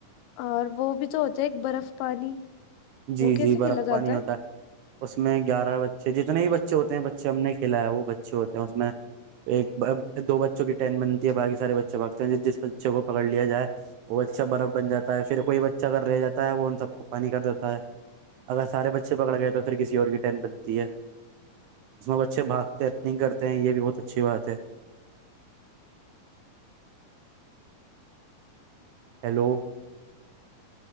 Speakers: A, on the left; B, on the right.
A: اور وہ بھی تو ہوتے ہے ایک برف پانی
B: جی
A: وہ کیسے
B: جی برف
A: کھیلا
B: پانی
A: جاتا
B: ہوتا ہے اس میں گیارہ بچے جتنے بھی بچ بچے ہوتے ہیں بچے ہم نے کھیلا ہے وہ بچے ہوتے ہیں اس میں ایک دو بچوں کی ٹین بنتی ہے باقی سارے بچے باگتے ہیں جس بچے کو پکڑ لیا جائے وہ اچھا برف بن جا ہے پھر کوئی بچہ اگر رہ جا ہے وہ ان سب کو پانی کرتا اگر سارے بچے پکڑ گئے تو پھر کسی اور کی ٹٹ بنتی ہے اس میں بچے بھاگتے ہیں رننگ کرتے ہیں یہ بھی بہت اچھی بات ہے ہیلو